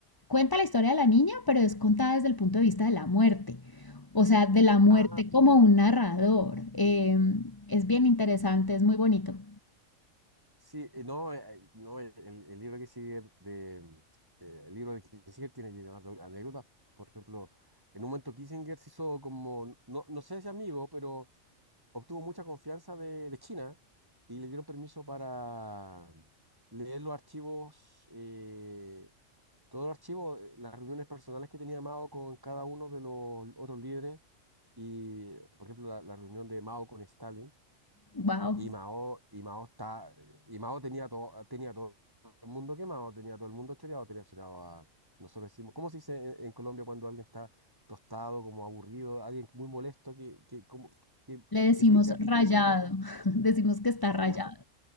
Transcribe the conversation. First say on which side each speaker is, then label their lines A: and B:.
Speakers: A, on the left (about 15°); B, on the right (about 15°).
A: cuenta la historia de la niña, pero es contada desde el punto de vista de la muerte. O sea, de la muerte
B: Ah,
A: como un narrador. Eh, es bien interesante, es muy bonito.
B: sí, eh, no, eh, eh, no el, el el libro que sigue de eh, el libro de Kissinger tiene llenas de anécdotas. Por ejemplo, en un momento Kissinger se hizo como, no, no sé si amigo, pero obtuvo mucha confianza de, de China y le dieron permiso para leer los archivos eh, todo el archivo, eh, las reuniones personales que tenía Mao con cada uno de los otros líderes y, por ejemplo, la, la reunión de Mao con Stalin.
A: Wow.
B: Y Mao, y Mao está, eh, y Mao tenía todo, ah, tenía todo el mundo quemado, tenía todo el mundo choreado, tenía choreado a, nosotros decimos, ¿cómo se dice en, en Colombia cuando alguien está tostado, como aburrido, alguien muy molesto que, que, como, que,
A: Le decimos
B: que pica, pica
A: rayado,
B: y yogur?
A: <laughs> decimos que está rayado.
B: Bueno,